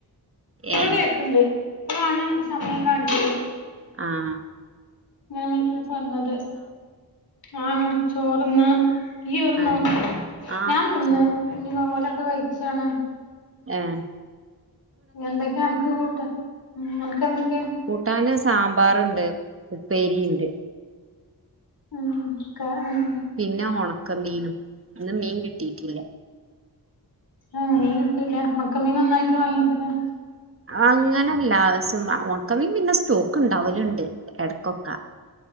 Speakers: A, on the left (about 70°); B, on the right (about 35°).
A: ഇപ്പൊ
B: ഏ
A: കേക്ക്ണ്ട് ഇപ്പളാണ് സമയം കാണിച്ചത്
B: ആഹ്
A: ഇങ്ങനെ <unintelligible> വന്നത് ആഹ് ചോറ്ന്ന് ഇയ്യോറ്ന്നോ
B: ആ ആ
A: ഞാൻ തിന്ന്
B: ചോ
A: ഇഞ്ഞ് വാ ഓലോക്കെ കഴിച്ചാണ്
B: ഏഹ്
A: എന്തൊക്കെ അനക്ക് കൂട്ട് അനക്ക് എന്തൊക്കെ
B: കൂട്ടാന് സാമ്പാറുണ്ട് ഉപ്പേരിണ്ട്
A: ഉം കാ ഉം
B: പിന്നെ ഒണക്ക മീനും ഇന്ന് മീൻ കിട്ടിയിട്ടില്ല
A: ഏഹ് മീൻ കിട്ടില്ല ഒണക്ക മീൻ ഒന്നായിട്ട് വാങ്ങിക്കലാ
B: അങ്ങനെ എല്ലാസം ഓണക്കമീൻ പിന്നെ സ്റ്റോക്ക് ഇണ്ടാവല്ണ്ട് എടക്കൊക്കെ